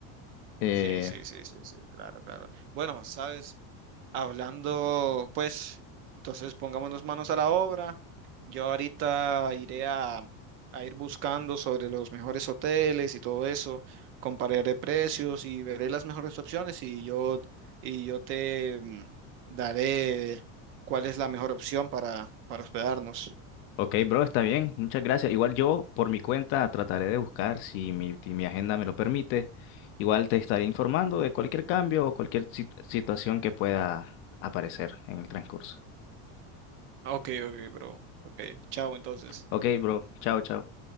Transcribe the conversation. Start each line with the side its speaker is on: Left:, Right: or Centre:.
Left: Eh,
Right: Sí, sí, sí, sí, sí, claro, claro. Bueno, sabes, hablando, pues, entonces pongámonos manos a la obra. Yo ahorita iré a, a ir buscando sobre los mejores hoteles y todo eso, compararé precios y veré las mejores opciones y yo, y yo te mm, daré cuál es la mejor opción para, para hospedarnos.
Left: ok, bro, está bien. Muchas gracias. Igual yo, por mi cuenta, trataré de buscar, si mi, si mi agenda me lo permite. Igual te estaré informando de cualquier cambio o cualquier sit- situación que pueda aparecer en el transcurso.
Right: Ok, ok, bro. Ok, chao entonces.
Left: Ok, bro. Chao, chao.